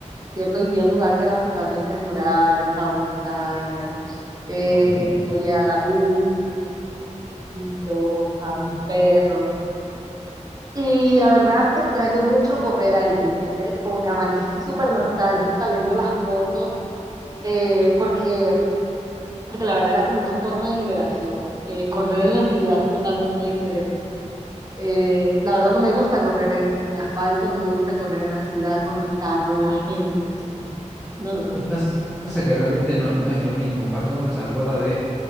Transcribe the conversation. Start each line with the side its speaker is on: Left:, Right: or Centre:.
Right: ¿cierto? Vivía en un lugar que era totalmente rural, estaba una montaña, eh,
Centre: Ok.
Right: había lagunas perrito, estaban mis perros. Y la verdad, extraño mucho correr ahí, ¿me entiendes? Como que amanecí súper nostálgica viendo las fotos, eh, porque, porque la verdad era como una forma de liberación. Eh, correr en la ciudad es totalmente diferente. Eh, la verdad no me gusta correr en, en asfalto, no me gusta correr en la ciudad con los carros, la gente. o sea, no, no, no,
Centre: Y
Right: no.
Centre: pas- pasa que realmente no, no es lo mismo. Aparte uno se acuerda de,